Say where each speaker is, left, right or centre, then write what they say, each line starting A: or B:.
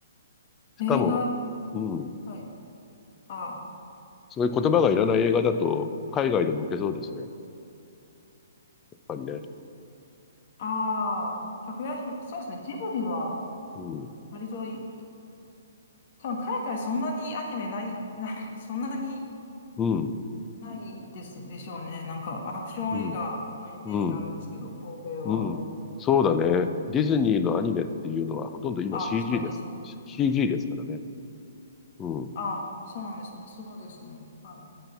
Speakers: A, on the left; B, on the left.
A: しかも、
B: 映画、
A: うん。
B: はい。あ、
A: そういう言葉がいらない映画だと海外でも受けそうですね。やっぱりね。
B: ああ、かぐや姫、そうですね。ジブリは、
A: うん。
B: 割とい、多分海外そんなにアニメない、<laughs> ない、そんなに
A: うん。
B: ないです、でしょうね。なんか、アクション映画のイメージがあるんですけど、
A: うん。うん。
B: 欧米は。
A: うん。そうだね。ディズニーのアニメっていうのはほとんど今
B: あ、
A: CG
B: そっか、
A: です。
B: ディズニー。
A: CG ですからね。うん。
B: あ、そうなんですね。そうですね。はい。